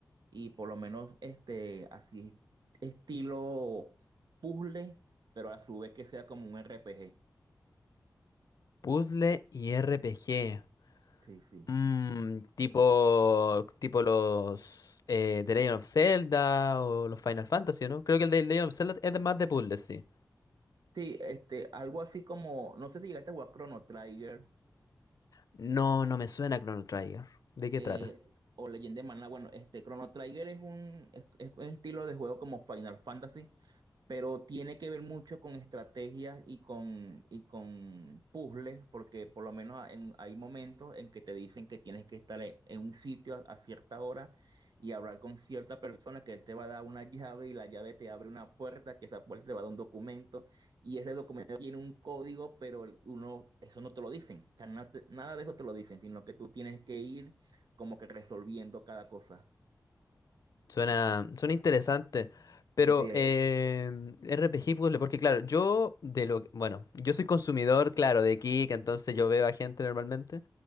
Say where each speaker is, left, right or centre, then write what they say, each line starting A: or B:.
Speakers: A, on the right (about 80°); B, on the left (about 60°).
A: y por lo menos este, así estilo puzzle, pero a su vez que sea como un RPG.
B: Puzzle y RPG.
A: Sí, sí.
B: Mm, tipo, tipo los eh, The Legend of Zelda o los Final Fantasy, ¿no? Creo que el de The Legend of Zelda es de más de puzzles, sí.
A: Sí, este, algo así como, no sé si llegaste a jugar Chrono Trigger.
B: No, no me suena Chrono Trigger. ¿De qué
A: eh,
B: trata?
A: o Legend de maná Bueno, este Chrono Trigger es un, es- es un estilo de juego como Final Fantasy, pero tiene que ver mucho con estrategias y con, y con puzzles, porque por lo menos en- hay momentos en que te dicen que tienes que estar en, en un sitio a, a cierta hora y hablar con cierta persona que él te va a dar una llave y la llave te abre una puerta, que esa puerta te va a dar un documento y ese documento tiene un código, pero el- uno, eso no te lo dicen. O sea, na- nada de eso te lo dicen, sino que tú tienes que ir como que resolviendo cada cosa.
B: Suena, suena interesante, pero
A: Sí, sí, eh,
B: eh, RPG puzzle, porque claro, yo de lo, que- bueno, yo soy consumidor, claro, de Kik, entonces yo veo a gente normalmente,